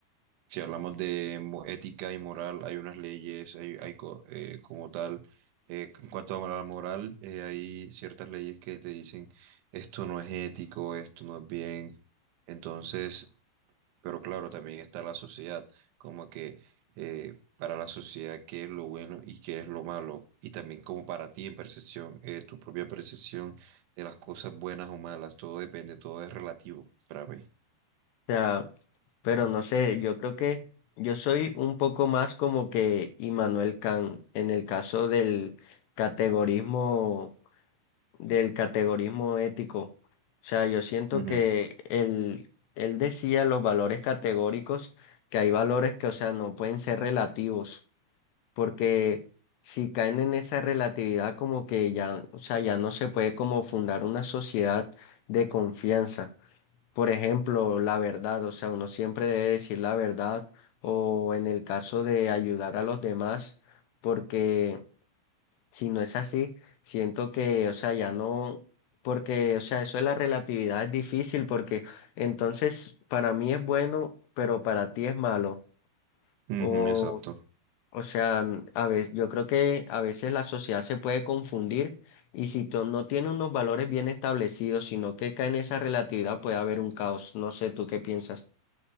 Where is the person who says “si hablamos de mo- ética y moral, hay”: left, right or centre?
Right